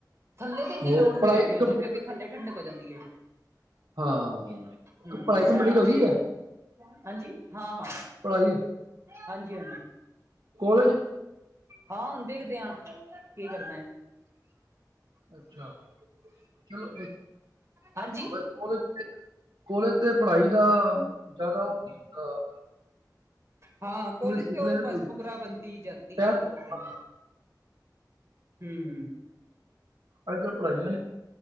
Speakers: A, on the right; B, on the right.
A: ਥੱਲੇ ਤੇ ਇੰਨੀ
B: ਹੋਰ
A: ਲੋੜ ਨਹੀਂੀ
B: ਪੜ੍ਹਾਈ
A: ਹੋਏਗੀ ਉਹਨੇ
B: ਕੰਪਲੀਟ
A: ਕਿਉਂਕਿ ਥੱਲੇ ਠੰਡਕ ਹੋ ਜਾਂਦੀ ਹੈ
B: ਹਾਂ
A: ਹੂੰ
B: ਪੜ੍ਹਾਈ ਕੰਪਲੀਟ
A: ਸੈਡਾਂ
B: ਹੋ
A: ਤੇ
B: ਗਈ ਹੈ
A: ਹਾਂਜੀ ਹਾਂ-ਹਾਂ।
B: ਪੜ੍ਹਾਈ।
A: ਹਾਂਜੀ, ਹਾਂਜੀ
B: ਕੋਲਜ
A: ਹਾਂ, ਹੁਣ ਦੇਖਦੇ ਹਾਂ, ਕੀ ਕਰਨਾ ਹੈ?
B: ਅੱਛਾ ਚਲੋ
A: ਹਾਂਜੀ
B: ਵਧ <unintelligible> <unintelligible> ਕੋਲੇਜ ਤੇ ਪੜ੍ਹਾਈ ਦਾ ਜ਼ਿਆਦਾ ਉਹ ਨਹੀਂ ਹੁੰਦਾ।
A: ਹਾਂ ਕੋਲੇਜ
B: ਸਕਿੱਲ ਸਿੱਖ
A: ਤੇ ਓ
B: ਲੈਣਾ
A: ਬਸ
B: ਕੋਈ
A: ਫੁਕਰਾ ਬੰਨਤੀ ਜਾਂਦੀ
B: ਅੱਜ
A: ਏ ਜਾਦੋ ਉੱਤੇ। ਹੂੰ, ਹੂੰ।
B: ਅੱਜ ਕੱਲ ਪੜ੍ਹਾਈਆਂ ਨੀ